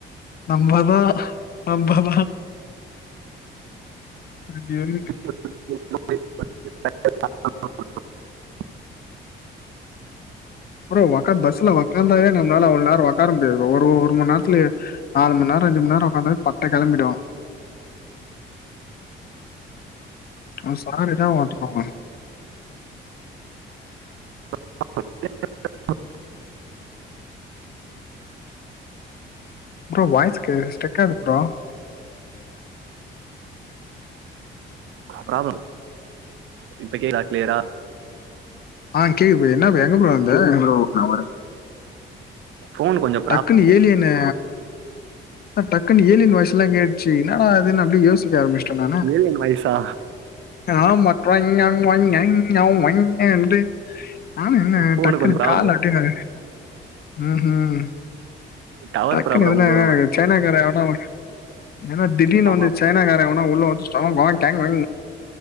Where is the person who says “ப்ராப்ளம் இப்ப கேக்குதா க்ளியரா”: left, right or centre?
Right